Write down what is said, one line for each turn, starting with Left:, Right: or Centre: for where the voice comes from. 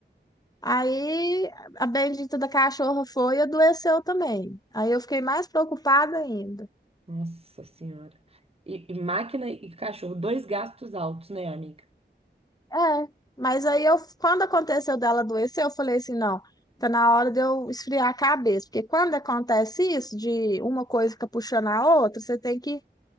Left: Aí a bendita da cachorra foi e adoeceu também. Aí eu fiquei mais preocupada ainda.
Right: Nossa Senhora. E, e máquina e cachorro, dois gastos altos, né, amiga?
Left: É, mas aí eu, quando aconteceu dela adoecer, eu falei assim, não, tá na hora de eu esfriar a cabeça, porque quando acontece isso, de uma coisa fica puxando a outra, você tem que